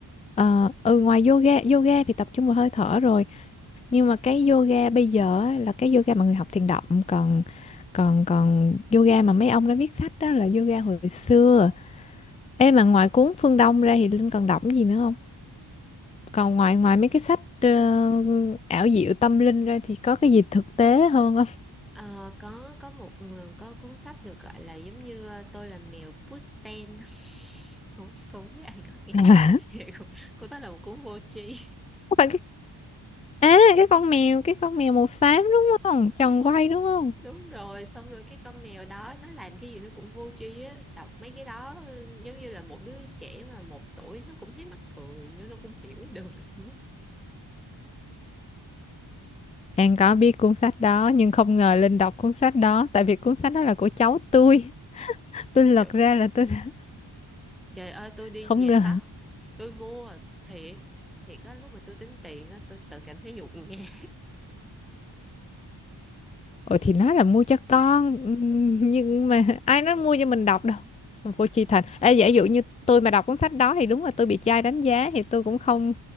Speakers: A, on the left; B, in the centre.
A: Ờ, ừ ngoài yoga, yoga thì tập trung vào hơi thở rồi, nhưng mà cái yoga bây giờ á, là cái yoga mà người học thiền động, còn còn còn yoga mà mấy ông đã viết sách đó là yoga hồi xưa. Ê mà ngoài cuốn Phương Đông ra thì Linh còn đọc cái gì nữa không? Còn ngoài ngoài mấy cái sách ờ, ảo diệu tâm linh ra thì có cái gì thực tế hơn không?
B: Ờ, có có một ờ, có cuốn sách được gọi là giống như ờ, tôi là mèo Pushten <laughs> đúng đúng với ai có nghĩa
A: <laughs>
B: <laughs> Vậy cô, cô đó là một cuốn vô tri
A: Phải À cái con mèo Cái con mèo màu xám đúng không Tròn
B: <laughs> Con-
A: quay đúng không
B: đúng rồi xong rồi cái con mèo đó nó làm cái gì nó cũng vô tri á đọc mấy cái đó ừ, giống như là một đứa trẻ mà một tuổi nó cũng thấy mắc cười nữa nó cũng hiểu được <laughs>
A: An có biết cuốn sách đó Nhưng không ngờ Linh đọc cuốn sách đó Tại vì cuốn sách đó là của cháu tôi <laughs> Tôi lật
B: trời,
A: ra là tôi <laughs>
B: trời ơi tôi đi
A: không
B: nhà
A: ngờ
B: sách tôi mua thiệt thiệt á lúc mà tôi tính tiền á tôi tự cảm thấy nhục nhã
A: Ủa thì nói là mua cho con <laughs> ừm, Nhưng mà ai nói mua cho mình đọc đâu Vô chi thành Ê giả dụ như tôi mà đọc cuốn sách đó Thì đúng là tôi bị trai đánh giá Thì tôi cũng không